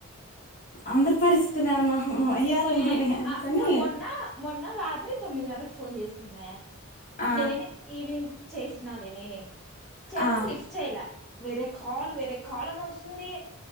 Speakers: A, on the left; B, in the centre.
A: అందరి పరిస్థితులు ఏమన్నా వయ్యారంగా
B: మే
A: ఉన్నాయా అనుకొని
B: ఆ మొన్న మొన్న రాత్రి తొమ్మిదిన్నరకు ఫోన్ చేసింది మే
A: ఆ
B: నేనే ఈవినింగ్ చేసినాలే నేనే చేస్తే
A: ఆ
B: లిఫ్ట్ చెయ్యల వేరే కాల్ వేరే కాల్ అని వస్తుంది